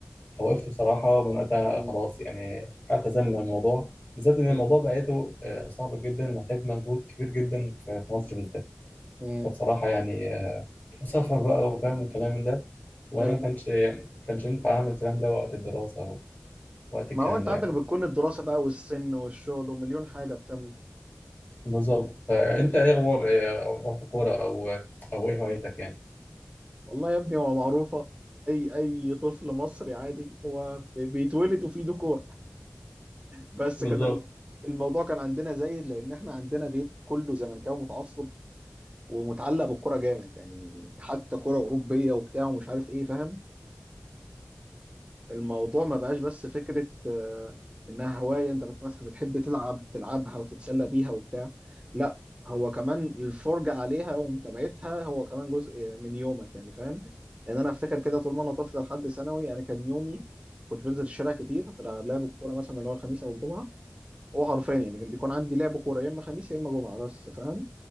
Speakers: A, on the left (about 45°); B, on the right (about 30°).
A: فوقفت بصراحه من وقتها
B: مم.
A: خلاص يعني اعتزلنا الموضوع بالذات ان
B: مم.
A: الموضوع بقيته آه، صعب جدا ومحتاج مجهود كبير جدا في في مصر بالذات
B: مم.
A: فبصراحه يعني آه، سفر بقى وفاهم الكلام من ده وانا
B: ايوه
A: ما كانش ما كانش ينفع اعمل الكلام ده وقت الدراسه ووقت
B: ما
A: الكلام
B: هو انت
A: ده
B: عندك
A: يعني
B: بتكون الدراسة بقى والسن والشغل ومليون حاجة بتمنع
A: بالظبط فانت
B: مم.
A: ايه اخبار إيه اخبار في الكوره او او ايه هوايتك يعني
B: والله يا ابني هو معروفة اي اي طفل مصري عادي هو بي- بيتولد وفيه ديكور بس
A: بالظبط
B: كان ال- الموضوع كان عندنا زايد لان احنا عندنا بيت كله زملكاوي متعصب ومتعلق بالكرة جامد يعني حتى كرة أوروبية وبتاع ومش عارف ايه فاهم فالموضوع ما بقاش بس فكرة آه، إنها هواية أنت بت- مثلا بتحب تلعب تلعبها وتتسلى بيها وبتاع لا هو كمان الفرجة عليها ومتابعتها هو كمان جزء من يومك يعني فاهم لأن أنا أفتكر كده طول ما أنا طفل لحد ثانوي أنا كان يومي كنت بنزل الشارع كتير غير على لعب الكورة مثلا اللي هو الخميس أو الجمعة هو حرفيا يعني كان بيكون عندي لعب كورة يا إما خميس يا إما جمعة بس فاهم